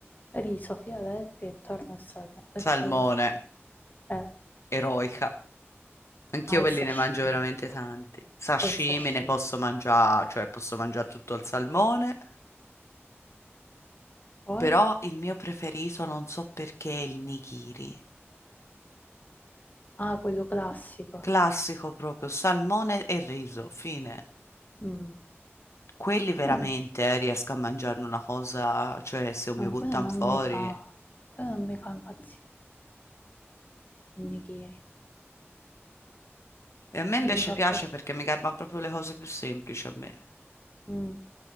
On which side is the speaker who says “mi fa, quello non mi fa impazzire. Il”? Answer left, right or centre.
Left